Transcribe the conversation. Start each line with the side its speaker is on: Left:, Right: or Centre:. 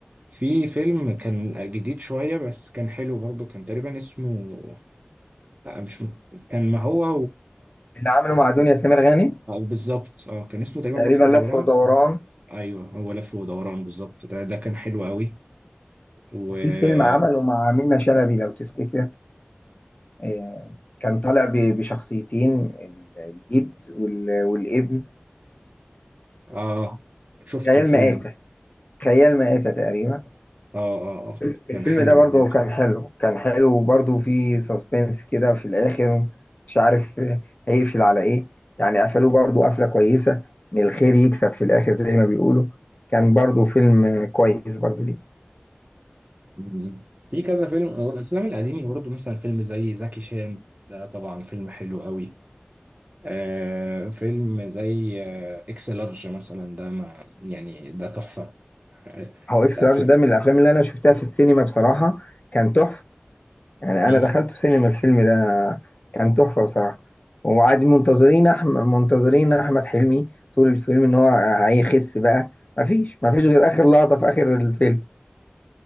Right: في فيلم كان جديد شويه بس كان حلو برضو كان تقريبا اسمه لا مش مت- كان ما هو
Left: اللي عمله مع دنيا سمير غانم
Right: أو بالظبط اه كان اسمه تقريبا
Left: تقريبا
Right: لف ودوران
Left: لف ودوران
Right: ايوه هو لف ودوران بالظبط ده ده كان حلو قوي وفيلم
Left: وفي فيلم عمله مع منة شلبي لو تفتكر آه، كان طالع ب- بشخصيتين ال- الجد وال- والابن
Right: اه شفته
Left: خيال
Right: الفيلم
Left: مآتة
Right: ده
Left: خيال مآتة تقريبا
Right: اه اه اه
Left: الفيلم
Right: كان حلو
Left: ده برضه
Right: برضه
Left: كان حلو كان حلو وبرضه فيه سسبنس كده في الآخر مش عارف هيقفل على إيه يعني قفلوه برضه قفلة كويسة إن الخير يكسب في الآخر زي ما بيقولوا كان برضه فيلم كويس برضه ليه
Right: م-م. في كذا فيلم والافلام القديمه برضه مثلا فيلم زي زكي شان ده طبعا فيلم حلو قوي آه فيلم زي آه اكس لارج مثلا ده ما يعني ده تحفه آه،
Left: هو إكس
Right: الافلام
Left: لارج ده من الأفلام اللي أنا شفتها في السينما بصراحة كان تحفة يعني
Right: م-م.
Left: أنا دخلت السينما الفيلم ده كان تحفة بصراحة وعاد منتظرين أحمد منتظرين أحمد حلمي طول الفيلم إن هو هيخس بقى مفيش مفيش غير آخر لقطة في آخر الفيلم